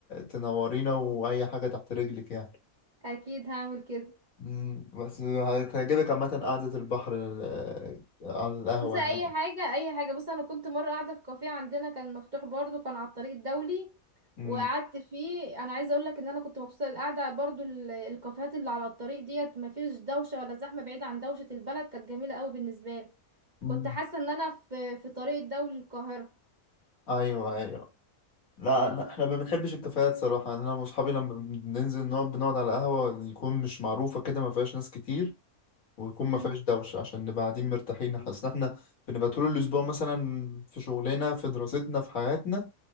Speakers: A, on the left; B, on the right.
A: تنورينا واي حاجه تحت رجلك يعني
B: اكيد هعمل كده
A: مم، بس هتعجبك عامه قعده البحر ال- على القهوه
B: بس اي
A: يعني
B: حاجه اي حاجه بص انا كنت مره قاعده في كافيه عندنا كان مفتوح برضو كان على الطريق الدولي
A: مم.
B: وقعدت فيه انا عايزه اقول لك ان انا كنت مبسوطه القعده برضو ال- الكافيهات اللي على الطريق ديت ما فيش دوشه ولا زحمه بعيد عن دوشه البلد كانت جميله قوي بالنسبه لي
A: مم.
B: كنت حاسه ان انا في في طريق الدولي للقاهره
A: ايوه ايوه لا أنا- احنا ما بنحبش الكافيهات صراحه يعني انا واصحابي لما بننزل نقعد بنقعد على قهوه يكون مش معروفه كده ما فيهاش ناس كتير ويكون
B: امم
A: ما فيهاش دوشه عشان نبقى قاعدين مرتاحين حاسس ان احنا بنبقى طول الاسبوع مثلا في شغلنا في دراستنا في حياتنا